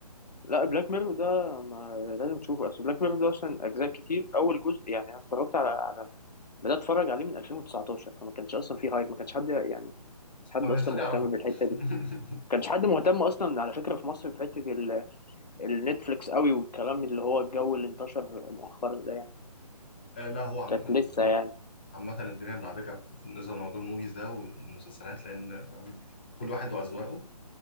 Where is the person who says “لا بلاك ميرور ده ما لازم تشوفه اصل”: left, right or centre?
Left